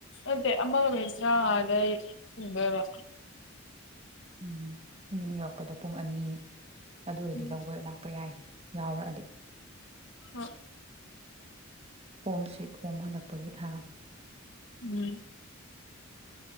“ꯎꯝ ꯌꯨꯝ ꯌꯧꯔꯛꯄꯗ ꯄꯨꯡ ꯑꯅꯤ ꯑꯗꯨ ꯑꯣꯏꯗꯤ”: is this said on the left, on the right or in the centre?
Right